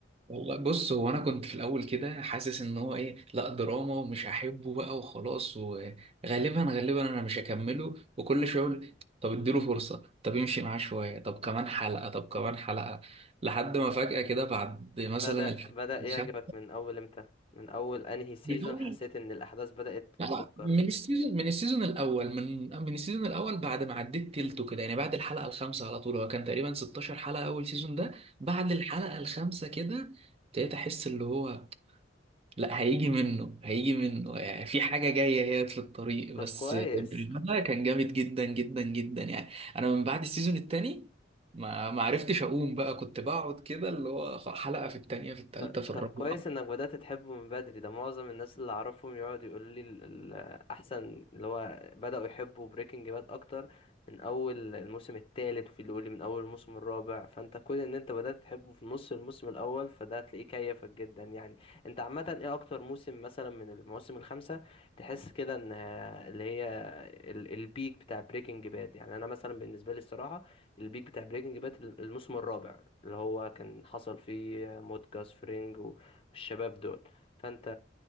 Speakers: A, on the right; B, on the left.
A: والله بص هو انا كنت في الاول كده حاسس ان هو ايه لا دراما ومش هحبه بقى وخلاص وغالبا غالبا انا مش هكمله وكل شويه اقول طب اديله فرصه طب يمشي معاه شويه طب كمان حلقه طب كمان حلقه لحد ما فجاه كده بعد مثلا
B: بدأ
A: الحلقه
B: بدأ يعجبك
A: الخامسة
B: من اول امتى من اول انهي سيزون
A: من اول
B: حسيت ان الاحداث بدأت تتفجر
A: لا، من السيزون من السيزون الاول من من السيزون الاول بعد ما عديت تلته كده يعني بعد الحلقه الخامسه على طول هو كان تقريبا 16 حلقه اول سيزون ده بعد الحلقه الخامسه كده ابتديت احس اللي هو لا هيجي منه هيجي منه يعني في حاجة جاية هي في الطريق
B: طب
A: بس
B: كويس
A: برشلونة كان جامد جدا جدا جدا يعني أنا من بعد السيزون التاني ما ما عرفتش أقوم بقى كنت بقعد كده اللي هو حلقة في التانية في التالتة
B: ط-
A: في
B: طب
A: الرابعة
B: كويس انك بدأت تحبه من بدري ده معظم الناس اللي اعرفهم يقعد يقول لي ال- ال- احسن اللي هو بدأوا يحبوا بريكنج باد اكتر من اول الموسم الثالث وفي اللي يقول لي من اول الموسم الرابع فانت كون ان انت بدأت تحبه في نص الموسم الاول فده هتلاقيه كيفك جدا يعني انت عامة ايه اكتر موسم مثلا من المواسم الخمسة تحس كده ان اللي هي ال- البيك بتاع بريكنج باد يعني انا مثلا بالنسبة لي الصراحة البيك بتاع بريكنج باد الموسم الرابع اللي هو كان حصل فيه موت جاس فرينج و- والشباب دول فانت